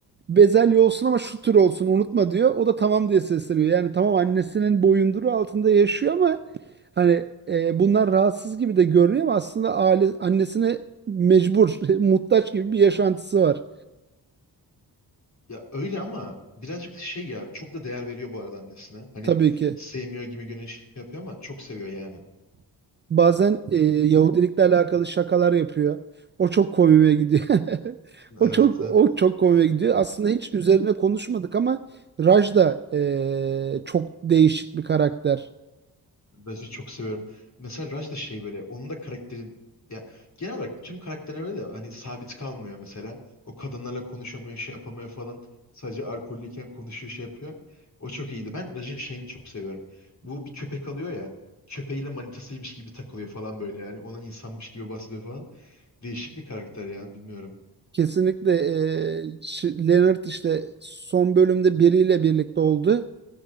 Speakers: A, on the right (about 30°); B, on the left (about 40°).
A: bezelye olsun ama şu tür olsun unutma diyor. O da tamam diye sesleniyor. Yani tamam annesinin boyunduru altında yaşıyor ama hani e, bunlar rahatsız gibi de görünüyor ama aslında aile annesine mecbur, <laughs> muhtaç gibi bir yaşantısı var
B: Ya öyle ama birazcık da şey ya çok da değer veriyor bu arada annesine. Hani
A: tabii ki.
B: sevmiyor gibi görünüş yapıyor ama çok seviyor yani.
A: Bazen e, Yahudilikle alakalı şakalar yapıyor. O çok komiğe gidiyor. <laughs> O
B: Evet
A: çok
B: evet.
A: o çok komiğe gidiyor. Aslında hiç üzerine konuşmadık ama Raj da e, çok değişik bir karakter.
B: Raj'ı çok seviyorum. Mesela Raj da şey böyle onun da karakteri ya genel olarak tüm karakterler öyle de hani sabit kalmıyor mesela. O kadınlarla konuşamıyor, şey yapamıyor falan. Sadece alkollüyken konuşuyor, şey yapıyor. O çok iyiydi. Ben Raj'ın şeyini çok seviyorum. Bu bir köpek alıyor ya. Köpeğiyle manitasıymış gibi takılıyor falan böyle yani. onun insanmış gibi bahsediyor falan. Değişik bir karakter ya bilmiyorum.
A: Kesinlikle e, Ş- Leonard işte son bölümde biriyle birlikte oldu.